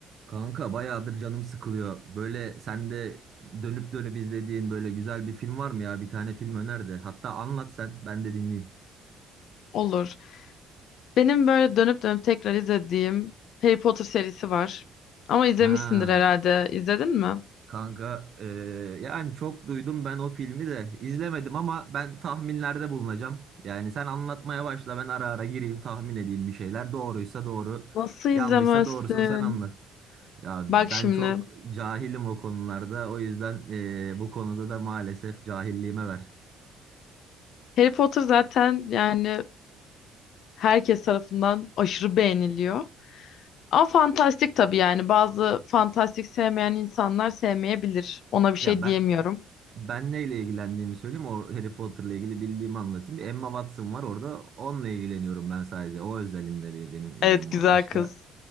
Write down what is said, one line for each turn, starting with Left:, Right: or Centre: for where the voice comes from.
Right: Kanka bayağıdır canım sıkılıyor. Böyle sen de dönüp dönüp izlediğin böyle güzel bir film var mı ya? Bir tane film öner de. Hatta anlat sen, ben de dinleyeyim.
Left: Olur. Benim böyle dönüp dönüp tekrar izlediğim Harry Potter serisi var. Ama izlemişsindir
Right: Ha.
Left: herhalde. İzledin mi?
Right: Kanka eee, yani çok duydum ben o filmi de izlemedim ama ben tahminlerde bulunacağım. Yani sen anlatmaya başla ben ara ara gireyim tahmin edeyim bir şeyler. Doğruysa doğru,
Left: Nasıl izlemezsin?
Right: yanlışsa doğrusunu sen anlat. Ya ben
Left: Bak şimdi.
Right: çok cahilim o konularda o yüzden eee, bu konuda da maalesef cahilliğime ver.
Left: Harry Potter zaten yani herkes tarafından aşırı beğeniliyor. Ama fantastik tabii yani. Bazı fantastik sevmeyen insanlar sevmeyebilir. Ona bir
Right: Ya
Left: şey
Right: ben
Left: diyemiyorum.
Right: Ben neyle ilgilendiğimi söyleyeyim. O Harry Potter'la ilgili bildiğimi anlatayım. Bir Emma Watson var orada. Onunla ilgileniyorum ben sadece. O özelinde bir benim ilgim
Left: Evet güzel
Right: var. Başka
Left: kız.